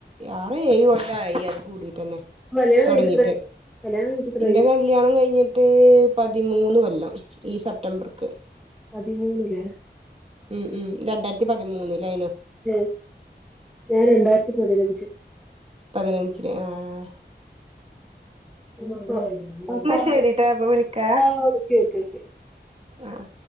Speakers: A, on the right; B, in the centre.
A: ആറോ ഏയോ കൊല്ലായി അത് കൂടിറ്റന്നെ
B: കല്യാണം കഴിഞ്ഞിട്ട്
A: തൊടങ്ങീറ്റ്.
B: എത്രായി കല്യാണം കഴിഞ്ഞിട്ട് എത്രായി
A: ഇന്റെ കല്യാണം കഴിഞ്ഞിട്ട് പതിമൂന്ന് കൊല്ലം ഈ സെപ്തംബർക്ക്
B: പതിമൂന്നില്ലേ
A: ഉം ഉം രണ്ടായിരത്തി പതിമൂന്നിലായ്നു
B: ഉം ഞാൻ രണ്ടായിരത്തി പതിനഞ്ചില്
A: പതിനഞ്ചില് ആ ആ
B: <unintelligible>
A: ശരിട്ടാ അപ്പൊ വിളിക്കാ
B: ആ ഓക്കേ ഓക്കേ
A: ആഹ്